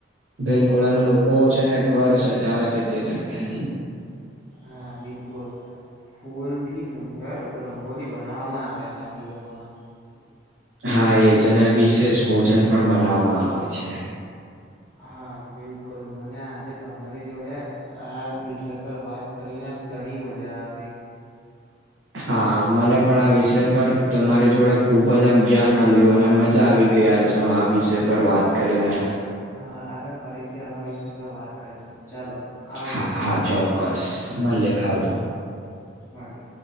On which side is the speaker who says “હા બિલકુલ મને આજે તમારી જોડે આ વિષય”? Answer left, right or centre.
Left